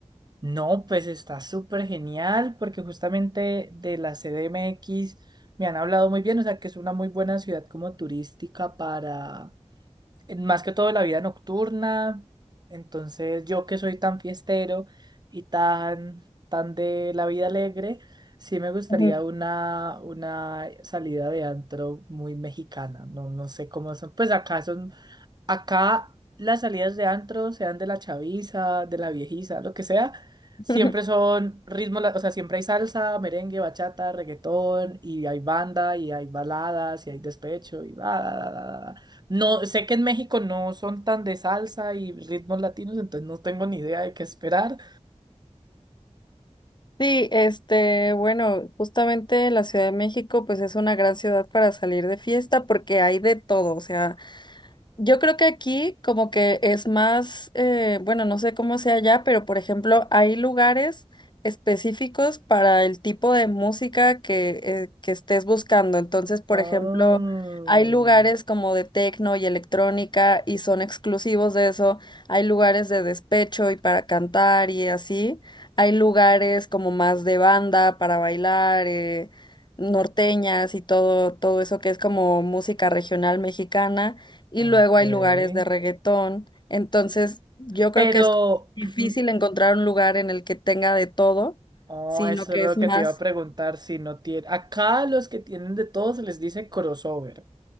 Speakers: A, on the right; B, on the left.
A: No, pues está súper genial porque justamente de la CDMX me han hablado muy bien, o sea que es una muy buena ciudad como turística para más que todo la vida nocturna. Entonces, yo que soy tan fiestero y tan, tan de la vida alegre, sí me gustaría
B: Ujú.
A: una, una salida de antro muy mexicana. No, no sé cómo son. Pues acá son Acá las salidas de antro, sean de la chaviza, de la viejiza, lo que sea,
B: <laughs>
A: siempre son ritmos, la- o sea, siempre hay salsa, merengue, bachata, reggaetón, y hay banda, y hay baladas, y hay despecho, y va. da, da, da, da. No, sé que en México no son tan de salsa y ritmos latinos, entonces no tengo ni idea de qué esperar.
B: Sí, este, bueno, justamente la Ciudad de México, pues es una gran ciudad para salir de fiesta porque hay de todo, o sea, yo creo que aquí como que es más, eh, bueno, no sé cómo sea allá, pero por ejemplo, hay lugares específicos para el tipo de música que, eh, que estés buscando. Entonces, por
A: Oh,
B: ejemplo, hay lugares como de techno y electrónica y son exclusivos de eso. Hay lugares de despecho y para cantar y así. Hay lugares como más de banda para bailar, eh, norteñas y todo, todo eso que es como música regional mexicana y
A: ok.
B: luego hay lugares de reggaetón. Entonces, yo
A: Pero
B: creo que es difícil
A: <clears throat>
B: encontrar un lugar en el que tenga de todo,
A: Oh,
B: sino
A: eso
B: que
A: es lo
B: es más.
A: que te iba a preguntar, si no tiene... Acá los que tienen de todo se les dice crossover.